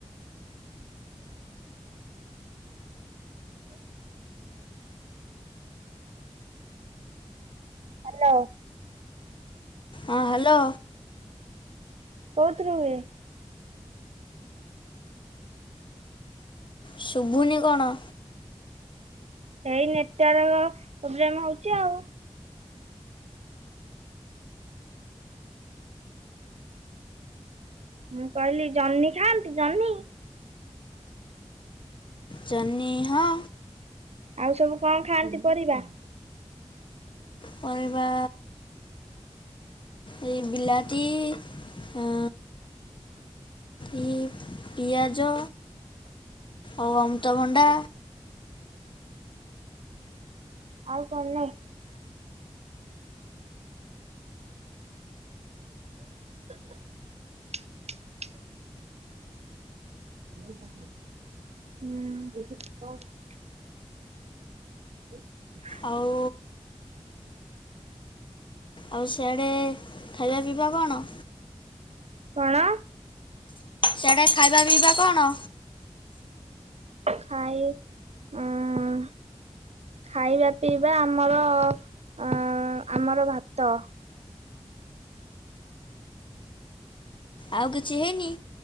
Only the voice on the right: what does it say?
ହାଲୋ।
କୋଉଥୁ ରୁ ହୁଏ।
ସେଇ ନେଟୱାର୍କ ପ୍ରୋବ୍ଲେମ ହଉଚି ଆଉ। ମୁଁ କହିଲି ଜହ୍ନି ଖାଆନ୍ତି ଜହ୍ନି।
ଆଉ ସବୁ କଣ ଖାଆନ୍ତି ପରିବା।
ଆଉ କଣ ନାଇ। <inaudible> <inaudible> ହୁଁ। <inaudible>
କଣ?
ଖାଇଏ ଉଁ ଖାଇବା ପିଇବା ଆମର ଅଁ ଆମର ଭାତ।